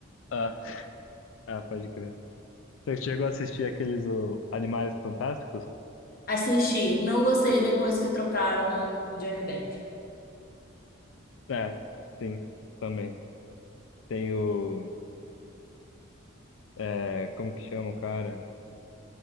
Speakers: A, on the left (about 70°); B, on the left (about 45°).
A: Ah, <laughs> ah, pode crer. Você chegou a assistir aqueles o, Animais Fantásticos?
B: Assisti, não gostei depois que trocaram o Johnny Depp.
A: É, sim, também. Tem o. é, como que chama o cara?